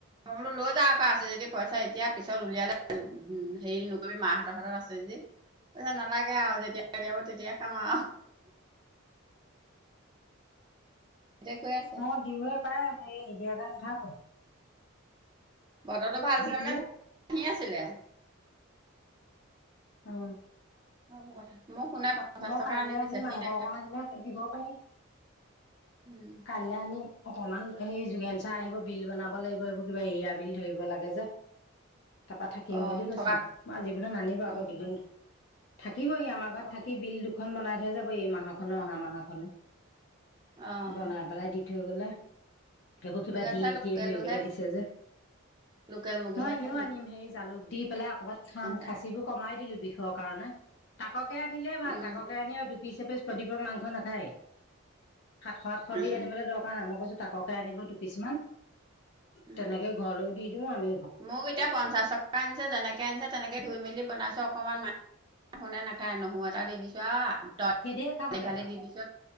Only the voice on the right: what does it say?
মই বোলো লৈ যা ক আছে যদি পইচা এতিয়া পিছত উলিয়ালে উ হেৰি নকৰিবি মাহঁতৰ হাতত আছে যে কইছে নালাগে আৱ যেতিয়া উলিয়াব তেতিয়াই খাম আৱ তেতিয়া কৈ আছে।
বতৰটো ভাল আছিলে
মানে হাঁহি আছিলে
অব কথা মোক শুনে পঞ্চাশ
টকা
আনি দিছে
সি
নেখায়।
উম,
অ'
থকাক
অ'
অ'
অ'
যোগেন
চাৰ লোকেলটোহে
লোকেল মুৰ্গীহে
খাই
যোগেন
চাৰ।
উম,
উম,
উম,
মোক এতিয়া পঞ্চাশ টকা আনিছে যেনেকে তে আনিছে তেনেকৈ ধুই মেলি বনাইছো অকণমান ম শুনে নাখায় নহৰু এটা দি দিছোঁ আ তই
এইফালেদি
দি দিছ।